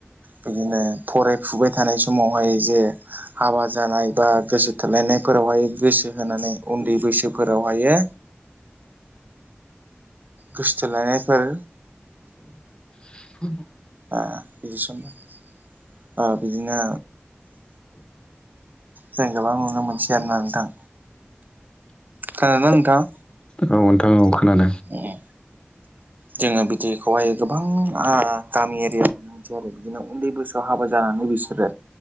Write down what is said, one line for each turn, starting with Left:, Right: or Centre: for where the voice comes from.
Right: बिदिनो फरायफुबाय थानाय समावहाय जे हाबा जानाय बा गोसो थोलायनाय फोरावहाय गोसो होनानै उन्दै बैसोफोरावहायो गोसथो लायानायफोर
Left: <unintelligible>
Right: <unintelligible> बिदिनो जों गोबां नुनो मोनसै आरो नथां। खोनादों नोंथां?
Left: औ नोंथां औ खोनाददों।
Right: ए। जोङो बिदिखौहाय गोबां गामि एरियाायाव मोननो मोनसै आरो बिदिनो उन्दै बैसोआव हाबा जा बोसोरो